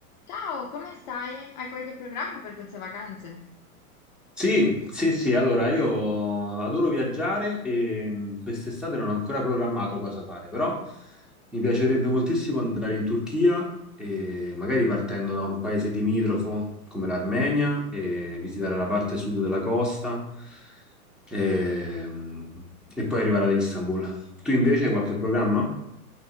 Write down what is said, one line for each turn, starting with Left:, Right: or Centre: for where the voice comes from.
Left: Ciao, come stai? Hai qualche programma per queste vacanze?
Centre: Sì, sì, sì, allora io adoro viaggiare e mh, quest'estate non ho ancora programmato cosa fare, però mi piacerebbe moltissimo andare in Turchia e magari partendo da un paese limitrofo come l'Armenia e visitare la parte sud della costa e, mh, e poi arrivare ad Istanbul. Tu invece hai qualche programma?